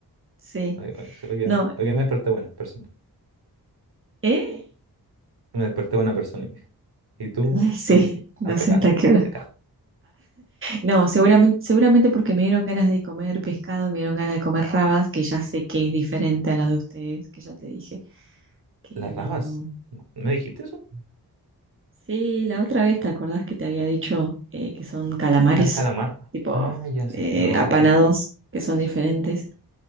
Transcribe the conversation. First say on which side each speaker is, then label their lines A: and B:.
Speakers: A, on the right (about 30°); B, on the right (about 80°).
A: Sí.
B: hoy, hoy- hoy día,
A: No,
B: hoy día me desperté buena persona.
A: ¿eh?
B: Me desperté buena persona. hoy día. Y tú
A: <laughs> Sí,
B: ahí
A: no
B: atacando,
A: sé hasta qué hora.
B: atacando.
A: No, seguramente, seguramente porque me dieron ganas de comer pescado, me dieron ganas de comer rabas, que ya sé que es diferente a las de ustedes, que ya te dije, que
B: Las
A: no.
B: rabas, ¿me dijiste eso?
A: Sí, la otra vez te acordás que te había dicho eh, que son calamares,
B: Al calamar.
A: tipo
B: Ah, ya
A: eh,
B: sí, no me
A: apanados,
B: acuerdo el nombre.
A: que son diferentes